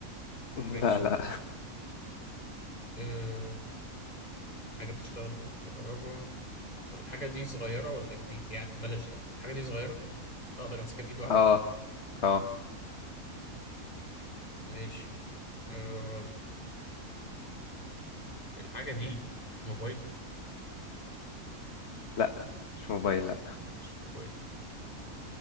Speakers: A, on the left; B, on the left.
A: <laughs>
B: ماشي
A: لا لا
B: أه... حاجة بتشتغل بالكهرباء طب الحاجة دي صغيرة ولا كبيرة؟ يعني بلاش لأ الحاجة دي صغيرة أقدر أمسكها بإيد واحدة
A: اه اه
B: ماشي أه... الحاجة دي موبايل
A: لا مش موبايل لا
B: مش موبايل